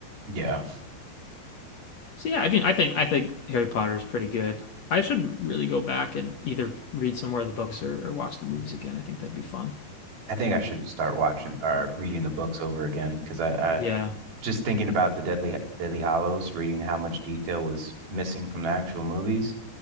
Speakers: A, on the right; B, on the left.
A: Yeah,
B: so yeah I mean I think I think Harry Potter is pretty good I should really go back and either read some more of the books or, or watch the movies again I think that'd be fun
A: I think I should start watching or reading the books over again because I, I
B: yeah
A: just thinking about the Deadly Deadly Hollows, reading how much detail was missing from the actual movies,